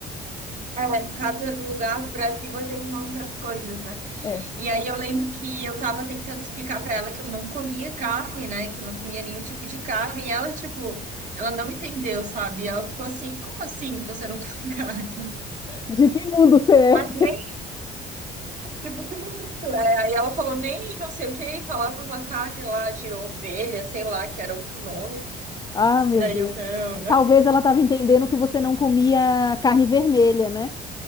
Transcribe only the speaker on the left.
É.
De que mundo você é?
Ah, meu
Deus.
Talvez ela estava entendendo que você não comia carne vermelha, né?